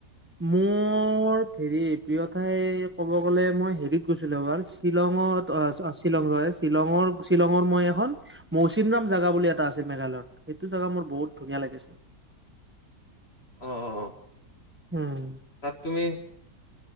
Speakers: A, on the right; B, on the left.
A: মোৰ মোৰ হেৰি প্ৰিয় ঠাই ক'ব গ'লে মই হেৰিত গৈছিলো, এবাৰ শ্বিলঙত শ্বিলং ৰছে শ্বিলঙৰ-শ্বিলঙৰ মই এখন মৌচিননাম জেগা বুলি এটা আছে মেঘালয়ত, সেইটো জেগা মোৰ বহুত ধুনীয়া লাগিছিল।
B: অ', অ', অ',
A: উম,
B: তাত তুমি